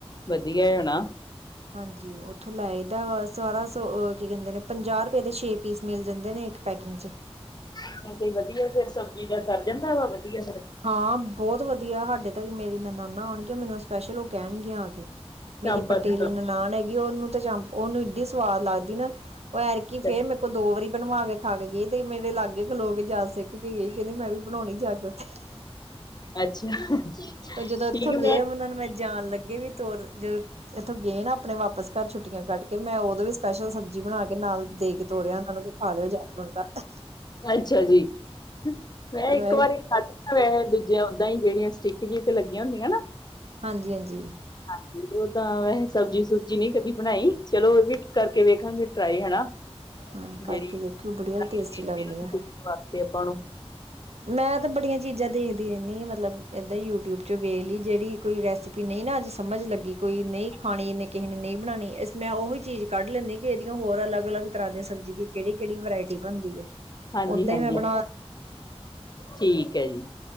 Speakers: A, on the left; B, on the right.
A: ਵਧੀਆ ਹੈ ਨਾ।
B: ਹਾਂਜੀ ਉੱਥੋਂ ਲੈ ਆਈ ਦਾ ਵਾ ਸਾਰਾ ਕੀ ਕਹਿੰਦੇ ਨੇ ਪੰਜਾਹ ਰੁਪਏ ਦੇ ਛੇ ਪੀਸ ਮਿਲ ਜਾਂਦੇ ਨੇ ਇੱਕ ਪੈਕਿੰਗ ਚ।
A: ਅੱਛਾ ਤੇ ਵਧੀਆ ਫੇਰ ਸਬਜ਼ੀ ਦਾ ਸਰ ਜਾਂਦਾ ਵਾ ਵਧੀਆ ਫਿਰ?
B: ਹਾਂ ਬਹੁਤ ਵਧੀਆ ਸਾਡੇ ਤੱਕ ਮੇਰੀ ਨਨਾ ਆਣਗੀਆਂ ਮੈਨੂੰ ਸਪੈਸ਼ਲ ਉਹ ਕਹਿਣਗੀਆਂ ਆ ਕੇ, ਮੇਰੀ
A: ਚਾਂਪਾਂ
B: ਪਟੇਲ
A: ਦੀ ਸਬਜ਼ੀ
B: ਨਨਾਣ ਹੈਗੀ ਉਹਨੂੰ ਤਾਂ ਚ ਉਹਨੂੰ ਇਡੀ ਸਵਾਦ ਲੱਗਦੀ ਨਾ, ਉਹ ਐਰਕੀ ਫੇਰ
A: ਅੱਛਾ
B: ਮੇਰੇ ਕੋਲ ਦੋ ਵਾਰੀ ਬਣਵਾ ਕੇ ਖਾ ਕੇ ਗਈ ਤੇ ਮੇਰੇ ਲਾਗੇ ਖਲੋ ਕੇ ਜਾਚ ਸਿੱਖ ਕੇ ਗਈ ਕਹਿੰਦੀ ਮੈਂ ਵੀ ਬਣਾਉਣੀ ਜਾ ਕੇ। ਉੱਥੇ
A: ਅੱਛਾ।
B: ਪਰ ਜਦੋਂ
A: ਠੀਕ
B: ਇੱਥੋਂ
A: ਹੈ।
B: ਗਏ
A: ਮੈਂ
B: ਉਹਨਾਂ ਨੂੰ ਮੈਂ ਜਾਣ ਲੱਗੇ ਵੀ ਤੁਰ ਜਦੋਂ ਇੱਥੋਂ ਗਏ ਨਾ ਆਪਣੇ ਵਾਪਸ ਘਰ ਛੁੱਟੀਆਂ ਕੱਢ ਕੇ ਮੈਂ ਉਦੋਂ ਵੀ ਸਪੈਸ਼ਲ ਸਬਜ਼ੀ ਬਣਾ ਕੇ ਨਾਲ ਦੇ ਕੇ ਤੋਰਿਆ ਉਹਨਾਂ ਨੂੰ ਖਾ ਲਿਓ ਜਾ ਕੇ ਹੁਣ ਘਰ।
A: ਅੱਛਾ ਜੀ, ਮੈਂ
B: ਉਹਨਾਂ
A: ਇੱਕ
B: ਨੂੰ
A: ਵਾਰੀ ਖਾਧੀ ਆ ਵੈਸੇ ਵੀ ਜੇ ਓਦਾਂ ਹੀ ਜਿਹੜੀਆਂ ਸਟਿੱਕ ਜੀ ਤੇ ਲੱਗੀਆਂ ਹੁੰਦੀਆਂ ਨਾ
B: ਹਾਂਜੀ-ਹਾਂਜੀ।
A: ਹਾਂਜੀ ਓਦਾਂ ਵੈਸੇ ਸਬਜ਼ੀ-ਸੁਬਜੀ ਨੀ ਕਦੀ ਬਣਾਈ ਚਲੋ ਇਹ ਵੀ ਕਰਕੇ ਵੇਖਾਂਗੇ ਟਰਾਈ ਹਨਾ,
B: ਹਾਂ ਕਰਕੇ
A: ਜਿਹੜੀ,
B: ਦੇਖਿਓ ਬੜੀਆਂ
A: ਨਵੀਂ
B: ਟੇਸਟੀ
A: ਚੀਜ਼
B: ਲੱਗਦੀਆਂ
A: ਕੁਕਿੰਗ ਵਾਸਤੇ ਆਪਾਂ ਨੂੰ।
B: ਮੈਂ ਤਾਂ ਬੜੀਆਂ ਚੀਜ਼ਾਂ ਦੇਖਦੀ ਰਹਿੰਨੀ ਆ ਮਤਲਬ ਇਦਾਂ ਹੀ ਯੂਟਿਊਬ ਚੋਂ ਵੇਖ ਲਈ ਜਿਹੜੀ ਕੋਈ ਰੈਸਪੀ ਨਹੀਂ ਨਾ ਅੱਜ ਸਮਝ ਲੱਗੀ ਕੋਈ ਨਹੀਂ ਖਾਣੀ ਇਹਨੇ ਕਿਸੇ ਨੇ ਨਹੀਂ ਬਣਾਣੀ ਇਸ ਮੈਂ ਉਹੀ ਚੀਜ਼ ਕੱਢ ਲੈਨੀ ਕਿ ਇਹਦੀਆਂ ਹੋਰ ਅਲੱਗ-ਅਲੱਗ ਤਰ੍ਹਾਂ ਦੀ ਸਬਜ਼ੀ ਦੀ ਕਿਹੜੀ-ਕਿਹੜੀ ਵਰਾਇਟੀ ਸਬਜੀ ਬਣਦੀ ਏ।
A: ਹਾਂਜੀ
B: ਓਦਾਂ
A: ਹਾਂਜੀ
B: ਹੀ ਮੈਂ ਬਣਾ
A: ਠੀਕ ਐ ਜੀ।